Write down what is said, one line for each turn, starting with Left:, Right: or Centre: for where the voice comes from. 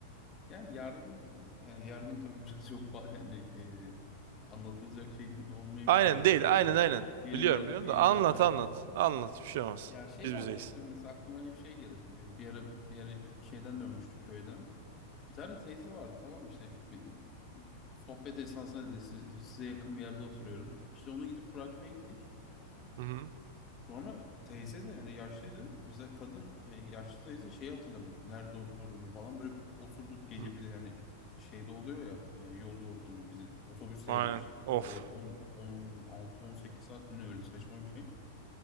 Left: ya yardım yani yardım tabii <laughs> biraz çok ba- yani ee, anlatılacak şey olmayabilir
Right: Aynen
Left: biraz
Right: değil.
Left: daha gizli.
Right: Aynen aynen.
Left: Bir
Right: Biliyorum
Left: elin verdiği
Right: biliyorum
Left: diğeri
Right: da anlat
Left: görmez.
Right: anlat. Anlat bir şey olmaz.
Left: Ya şey
Right: Biz
Left: vardı
Right: bizeyiz.
Left: hatırlıyorum mesela aklıma hep şey gelir. Ee, bir ara bir ara şeyden dönmüştü köyden. Bir tane teyze vardı tamam mı? işte bir- sohbet esnasında dedi "Siz- size yakın bir yerde oturuyorum. İşte onu gidip bırakmaya gittik.
Right: Hı hı.
Left: Sonra teyze de yani yaşlıydı. Mesela kadın e, yaşlı teyze şeyi hatırlamıyordu. Nerede oturduğunu falan böyle oturduk gece
Right: Hı.
Left: bir de yani şeyde oluyor ya e, yol yorgunluğu bizim otobüsle
Right: Aynen.
Left: gelmiştik.
Right: Of.
Left: Ve on on altı on sekiz saat mi ne öyle saçma bir şey.